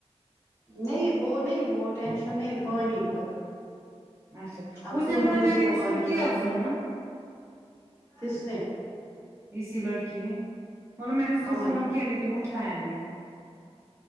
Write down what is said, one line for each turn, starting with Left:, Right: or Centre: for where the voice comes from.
Left: نہیں وہ نہیں وہ ٹینشن نہیں پانی کا
Right: اچھا
Left: اب
Right: اسے
Left: فل
Right: بولو
Left: بلڈنگ
Right: میں نے اس
Left: پانی
Right: کو کیا
Left: چل گئے
Right: فون
Left: کس نے
Right: اسی لڑکی نے مطلب میں نے اس کو
Left: کہاں
Right: فون کیا لیکن اٹھایا نہیں